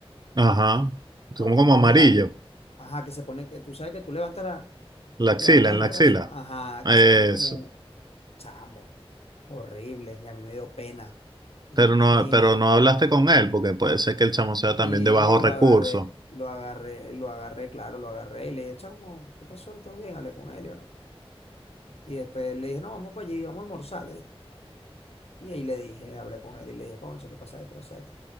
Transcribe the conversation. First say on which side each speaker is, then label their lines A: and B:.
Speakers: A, on the right; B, on the left.
A: Ajá.
B: Cuando
A: Como, como
B: tú tienes
A: amarillo.
B: la, ajá, que se pone, que tú sabes que tú levantas, la,
A: La axila,
B: levantas
A: en
B: el
A: la
B: brazo,
A: axila.
B: ajá,
A: Eso.
B: que se pone como chamo, horrible. Y a mí me dio pena, me
A: Pero
B: dio pena
A: no,
B: y,
A: pero no hablaste con él, porque puede ser que el chamo sea también
B: y
A: de bajos
B: lo
A: recursos.
B: agarré. Lo agarré, lo agarré, claro, lo agarré y le dije, chamo, ¿qué pasó? ¿Y todo bien? Hablé con él, y yo, ¿no? Y después le dije, no, vamos para allí, vamos a almorzar, le dije. Y ahí le dije, hablé con él y le dije, concha, le pasa esto, le pasa esto.